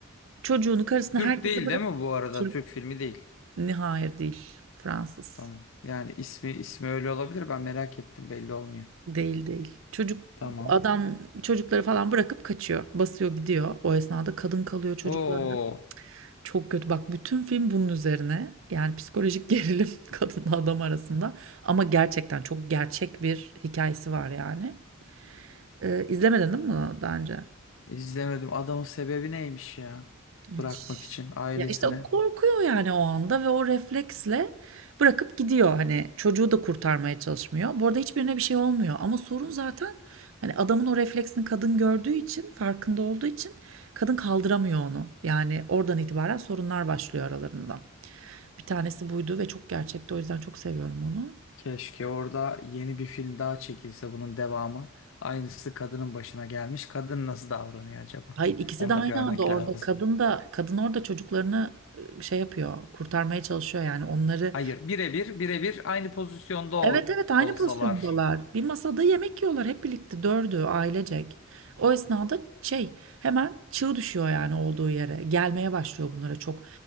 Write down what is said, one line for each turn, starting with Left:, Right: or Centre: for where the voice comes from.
Right: Çocuğunu, karısını,
Left: Türk
Right: herkesi
Left: değil
Right: bırak.
Left: değil mi bu arada?
Right: Türk
Left: Türk filmi değil.
Right: ne hayır değil. Fransız.
Left: Tamam. Yani ismi ismi öyle olabilir. Ben merak ettim. Belli olmuyor.
Right: Değil değil. Çocuk
Left: Tamam.
Right: adam çocukları falan bırakıp kaçıyor. Basıyor gidiyor. O esnada kadın kalıyor çocuklarına.
Left: Oo,
Right: Çok kötü. Bak bütün film bunun üzerine. Yani psikolojik gerilim <laughs> kadınla adam arasında. Ama gerçekten çok gerçek bir hikayesi var yani. Ee, izlemedin değil mi bunu daha önce?
Left: izlemedim. Adamın sebebi neymiş ya?
Right: Hiç.
Left: Bırakmak için ailesine.
Right: Ya işte o korkuyor yani o anda ve o refleksle bırakıp gidiyor hani çocuğu da kurtarmaya çalışmıyor. Bu arada hiçbirine bir şey olmuyor ama sorun zaten hani adamın o refleksini kadın gördüğü için farkında olduğu için kadın kaldıramıyor onu. Yani oradan itibaren sorunlar başlıyor aralarında. Bir tanesi buydu ve çok gerçekti o yüzden çok seviyorum onu.
Left: Keşke orada yeni bir film daha çekilse bunun devamı. Aynısı kadının başına gelmiş. Kadın nasıl davranıyor acaba?
Right: Hayır ikisi
Left: Onu
Right: de aynı
Left: da görmek
Right: anda orada
Left: lazım.
Right: kadın da kadın orada çocuklarını e, şey yapıyor kurtarmaya çalışıyor yani onları
Left: Hayır, birebir birebir aynı pozisyonda ol-
Right: Evet evet aynı
Left: olsalar.
Right: pozisyondalar. Bir masada yemek yiyorlar hep birlikte dördü ailecek. O esnada şey hemen çığ düşüyor yani olduğu yere. Gelmeye başlıyor bunlara çok